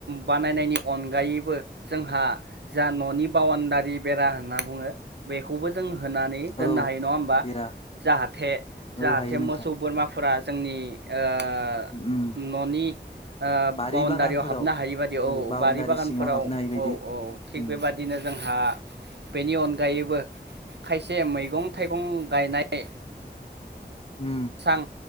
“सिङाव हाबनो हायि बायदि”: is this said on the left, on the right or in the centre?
Left